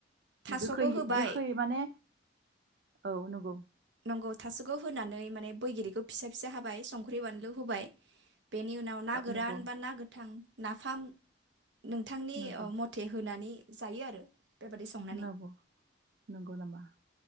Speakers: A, on the right; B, on the right.
A: थास'खौ
B: गोखै
A: होबाय
B: गोखै माने औ नं गौ।
A: नंगौ थास'खौ होनानै माने बैगिरिखौ फिसा फिसा हाबाय संख्रि बानलु होबाय। बेनि उनाव ना
B: ओ
A: गोरान
B: नंगौ
A: बा ना गोथां नाफाम नोंथांनि
B: नंगौ
A: ओ मथे होनानै जायो आरो बेबादि संनानै
B: नाब' नंगौ नामा।